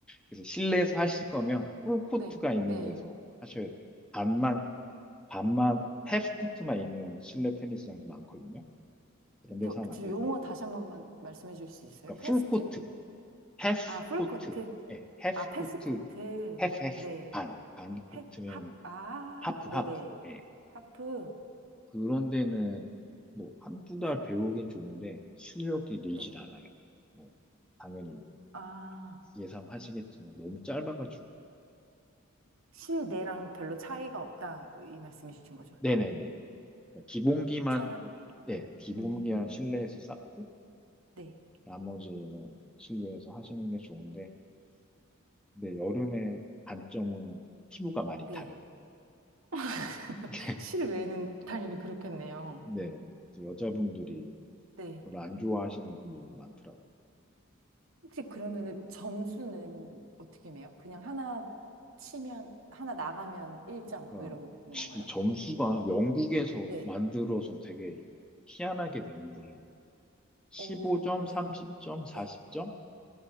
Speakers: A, in the centre; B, on the right.
A: 그래서 실내에서 하실 거면 풀코트가
B: <laughs> 네,
A: 있는
B: 네.
A: 데서 하셔야 돼요. 반만, 반만, 해프코트만 있는 실내 테니스장도 많거든요. 그런 데서
B: 더-
A: 하면
B: 그
A: 안 되고,
B: 용어 다시 한 번만 말씀해 주실 수 있어요?
A: 그러니까
B: 패스트?
A: 풀코트, 해프코트
B: 아, 풀코트.
A: 예, 해프코트
B: 아, 패스코트.
A: 해프 해프
B: 네.
A: 반, 반코트면
B: 해, 합, 아,
A: 하프,
B: 네네.
A: 하프, 예.
B: 하프.
A: 그런 데는 뭐 한두
B: 네,
A: 달 배우긴 좋은데 실력이 늘진
B: 네.
A: 않아요. 뭐, 당연히
B: 아,
A: 예상하시겠지만 너무 짧아가지고.
B: 실내랑 별로 차이가 없다. 이 말씀이신 거죠.
A: 네네네네. 기본기만
B: 차라리.
A: 네, 기본기한
B: 음,
A: 실내에서 쌓고
B: 네,
A: 나머지는 실외에서 하시는 게 좋은데 근데 여름에 단점은 피부가 많이
B: 네.
A: 타요.
B: <laughs>
A: <laughs>
B: 실외는 당연히 그렇겠네요.
A: 네, 그래서 여자분들이
B: 네.
A: 별로 안 좋아하시는 분들도 많더라고요.
B: 혹시 그러면은 점수는 어떻게 매요? 그냥 하나 치면, 하나 나가면 1점,
A: 그러니까
B: 뭐 이런 건가요?
A: 이 점수가 영국에서
B: 네.
A: 만들어서 되게 희한하게 된데 15점,
B: 어, 왜요?
A: 30점, 40점
B: 네.